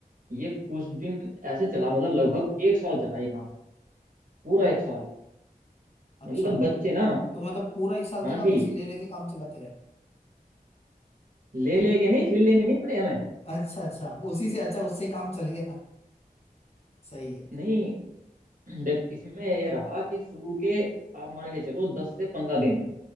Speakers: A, on the right; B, on the left.
A: ये कुछ दिन ऐसे चला मतलब लगभग एक साल चला ये काम पूरा एक साल
B: अच्छा
A: मतलब बच्चे ना
B: तो मतलब पूरा एक साल
A: हाँ
B: तक
A: जी
B: आप ऐसे ही ले लेके काम चलाते रहे
A: ले लेके नहीं फिर लेने नहीं पड़े हमें
B: अच्छा अच्छा उसी से अच्छा उससे काम चल गया सही है
A: नहीं देख इसमें ये रहा कि शुरू के आप मान के चलो दस से पंद्रह दिन